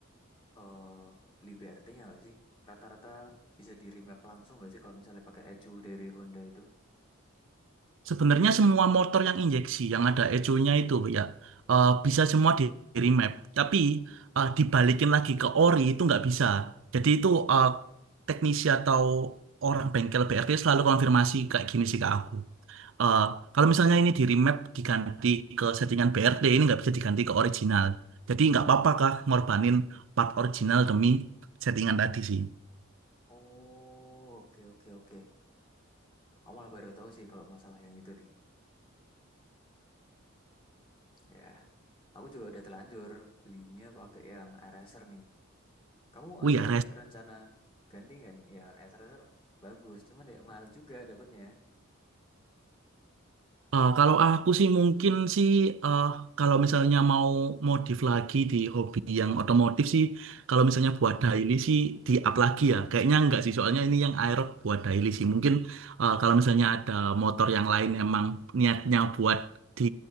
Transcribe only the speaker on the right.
Sebenarnya semua motor yang injeksi yang ada ecunya itu ya eh, bisa semua di, di remap. Tapi eh, dibalikin lagi ke ori itu nggak bisa. Jadi itu eh, teknisi atau orang bengkel BRT selalu konfirmasi kayak gini sih ke aku. Eh, kalau misalnya ini di remap diganti ke settingan BRT ini nggak bisa diganti ke original. Jadi nggak apa-apa kah ngorbanin part original demi settingan tadi sih.
Wih
ya,
Eh, kalau aku sih mungkin sih eh, kalau misalnya mau modif lagi di hobi yang otomotif sih kalau misalnya buat daily sih di up lagi ya kayaknya enggak sih soalnya ini yang aerob buat daily sih mungkin eh, kalau misalnya ada motor yang lain emang niatnya buat di